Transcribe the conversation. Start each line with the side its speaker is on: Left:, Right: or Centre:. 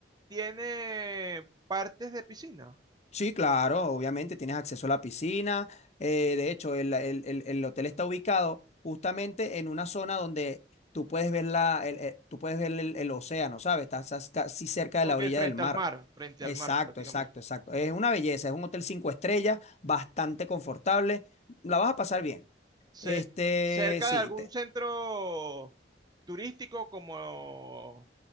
Right: tiene partes de piscina.
Left: Sí, claro, obviamente tienes acceso a la piscina. eh, de hecho, el, el- el- el hotel está ubicado justamente en una zona donde tú puedes ver la, el, el- tú puedes ver el, el océano, ¿sabes? Estás, estás casi cerca de
Right: Ok,
Left: la orilla
Right: frente
Left: del mar.
Right: al mar, frente
Left: Exacto,
Right: al mar prácticamente.
Left: exacto, exacto. Es una belleza, es un hotel cinco estrellas, bastante confortable. La vas a pasar bien.
Right: Ce-
Left: Este,
Right: cerca
Left: sí,
Right: de algún
Left: te-
Right: centro turístico como...